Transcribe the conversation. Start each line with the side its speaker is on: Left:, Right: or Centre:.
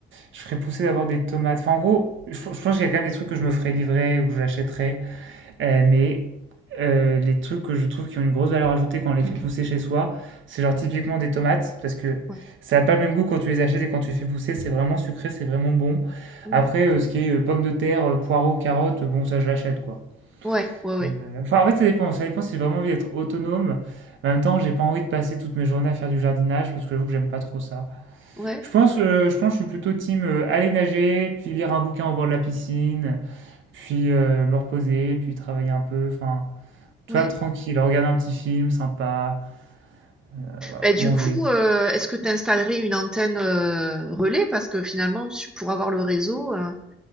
Right: je ferais pousser d'abord des tomates. Enfin, en gros, je, je pense qu'il y a quand même des trucs que je me ferais livrer ou que j'achèterais. Euh, mais euh, les trucs que je trouve qui ont une grosse valeur ajoutée quand on les fait pousser chez soi, c'est genre typiquement des tomates, parce que
Centre: Ouais.
Right: ça n'a pas le même goût quand tu les achètes et quand tu les fais pousser, c'est vraiment sucré, c'est vraiment bon.
Centre: Mmh
Right: Après, euh, ce qui est euh, pommes de terre, euh, poireaux, carottes, bon, ça je l'achète quoi.
Centre: Ouais, ouais, ouais.
Right: Euh, Enfin, en fait, ça dépend. Ça dépend si j'ai vraiment envie d'être autonome. En même temps, j'ai pas envie de passer toutes mes journées à faire du jardinage parce que j'avoue que j'aime pas trop ça.
Centre: Ouais,
Right: Je pense, euh, je pense que je suis plutôt team euh, aller nager, puis lire un bouquin au bord de la piscine, puis euh, me reposer, puis travailler un peu. Enfin, toi
Centre: ouais.
Right: tranquille, regarde un petit film sympa, euh, voilà,
Centre: Bah, du
Right: manger.
Centre: coup, heu, est-ce que tu installerais une antenne, heu, relais? Parce que finalement, su pour avoir le réseau, heu